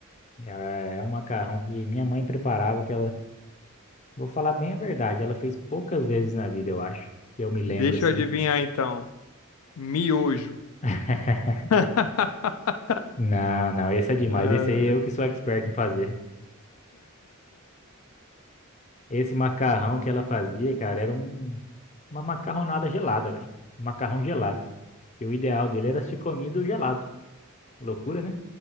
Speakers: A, on the left (about 35°); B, on the left (about 85°).
A: É é um macarrão que minha mãe preparava, que ela, vou falar bem a verdade, ela fez poucas vezes na vida, eu acho, que eu me lembro
B: Deixa
A: assim.
B: eu adivinhar então. Miojo.
A: <laughs>
B: <laughs>
A: Não, não, esse é demais.
B: Ah,
A: Esse aí eu que sou expert em fazer. Esse macarrão que ela fazia, cara, era um, uma macarronada gelada, velho. um Macarrão gelado. Que o ideal dele era ser comido gelado. Loucura, né?